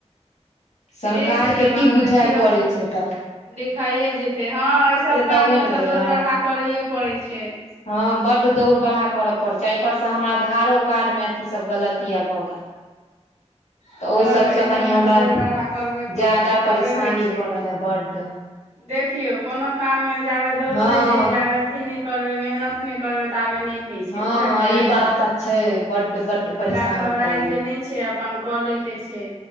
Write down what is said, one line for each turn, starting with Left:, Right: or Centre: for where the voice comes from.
Left: सरकारके
Right: ठीक छै
Left: की
Right: तहन
Left: बुझइ
Right: देखियौ
Left: पड़ैत छै। तब
Right: लिखाइए जेतै हँ एहिसभ काममे
Left: तबे ने
Right: तऽ
Left: जेबै
Right: दौड़ बरहा करैए पड़ै छै।
Left: हँ बड्ड दौड़ बड़हा करय पड़ै छै। एहिपर से हमर आधारो कार्ड मे अथी सब गलत आ भऽ गेल
Right: <inaudible>
Left: तऽ ओहि
Right: बड़
Left: सबसँ
Right: एहि
Left: कनि
Right: सभमे
Left: हमरा
Right: तऽ दौड़ि बढ़हा करबे पड़ै
Left: ज्यादा
Right: छै।
Left: परेशानी
Right: तबे होइ छै।
Left: भऽ रहल है बड्ड
Right: देखियौ कोनो काममे जाबे दौड़बै
Left: हँ
Right: नहि जाबै करबै मेहनत नहि करबै तऽ आबे नहि होइ छै।
Left: हँ
Right: बुझलियै
Left: हँ ई बात तऽ छै बड्ड बड्ड परेशानी
Right: ला घबरायके
Left: भऽ गेल
Right: नहि छै। अपन कऽ लै के छै।